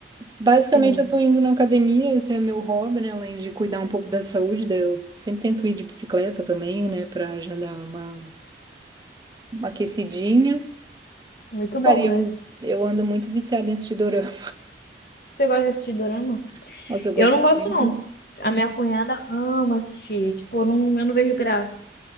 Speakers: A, on the right; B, on the left.
A: Basicamente,
B: Sim,
A: eu tô indo na academia, esse é meu hobby, né? Além de cuidar um pouco da saúde, daí eu sempre tento ir de bicicleta também, né? Pra já dar uma, uma aquecidinha.
B: muito bom,
A: Cara, eu,
B: né?
A: eu ando muito viciada em assistir dorama.
B: Você gosta de assistir dorama?
A: <laughs> Nossa, eu
B: Eu
A: gosto
B: não gosto,
A: muito.
B: não. A minha cunhada ama assistir. Tipo, eu não, eu não vejo graça.